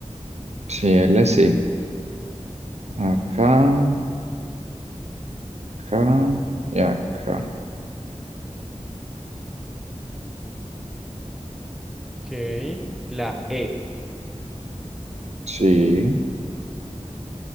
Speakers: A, on the right (about 65°); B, in the centre.
A: Sí, L sí. Acá, acá y acá.
B: Ok, la E,
A: Sí.